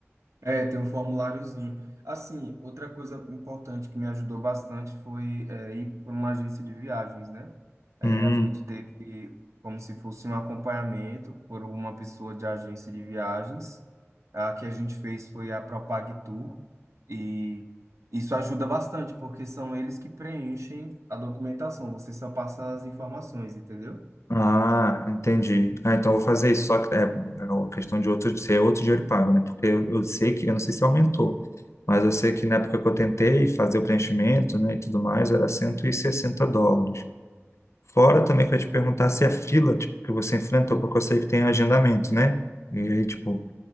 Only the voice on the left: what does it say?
Hum.
Ah, entendi. Ah, então eu vou fazer isso. Só que é, é uma questão de outro, ser outro dinheiro pago, né? Porque eu, eu sei que, eu não sei se aumentou, mas eu sei que na época que eu tentei fazer o preenchimento, né, e tudo mais, era 160 dólares. Fora também que eu ia te perguntar se a fila, tipo, que você enfrentou, porque eu sei que tem agendamento, né? E aí, tipo,